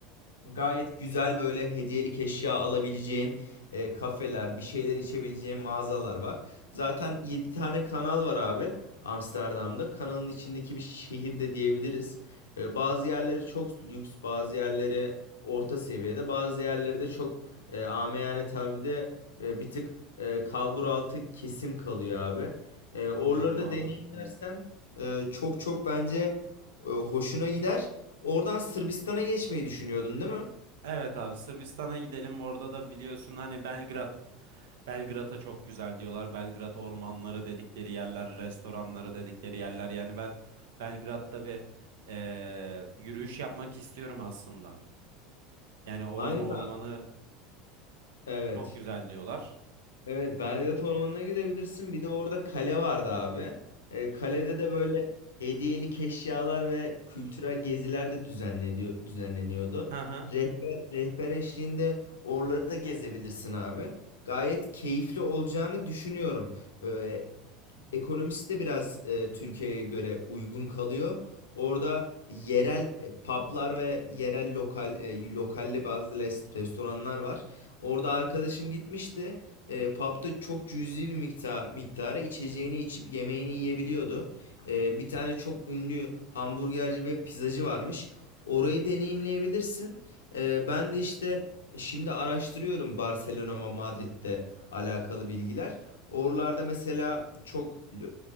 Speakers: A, on the left; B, on the right.
A: gayet güzel böyle hediyelik eşya alabileceğin e, kafeler, bir şeyler içebileceğin mağazalar var. Zaten 7 tane kanal var abi Amsterdam'da. Kanalın içindeki bir şehir de diyebiliriz. E, bazı yerleri çok lüks, bazı yerleri orta seviyede, bazı yerleri de çok e, amiyane tabirle e, bir tık e, kalbur altı kesim kalıyor abi. E, oraları
B: anladım
A: da
B: abi.
A: deneyimlersen e, çok çok bence e, hoşuna gider. Oradan Sırbistan'a geçmeyi düşünüyordun değil mi?
B: Evet abi Sırbistan'a gidelim. Orada da biliyorsun hani Belgrad. Belgrad'a çok güzel diyorlar. Belgrad ormanları dedikleri yerler, restoranları dedikleri yerler. Yani ben Belgrad'da bir eee, yürüyüş yapmak istiyorum aslında. Yani oranın
A: Aynen
B: ormanı
A: abi. Evet.
B: çok güzel diyorlar.
A: Evet Belgrad Ormanı'na gidebilirsin. Bir de orada kale vardı abi. Ee, kalede de böyle hediyelik eşyalar ve kültürel geziler de düzenleniyor, düzenleniyordu.
B: Hı hı.
A: Rehber, rehber eşliğinde oraları da gezebilirsin abi. Gayet keyifli olacağını düşünüyorum. Ee, ekonomisi de biraz e, Türkiye'ye göre uygun kalıyor. Orada yerel e, publar ve yerel lokal e, lokalli bazı les- restoranlar var. Orada arkadaşım gitmişti. E, pub'da çok cüzi bir miktar miktara içeceğini içip yemeğini yiyebiliyordu. E, bir tane çok ünlü hamburgerci ve pizzacı varmış. Orayı deneyimleyebilirsin. E, ben de işte şimdi araştırıyorum Barcelona ve Madrid'de alakalı bilgiler. Oralarda mesela çok e,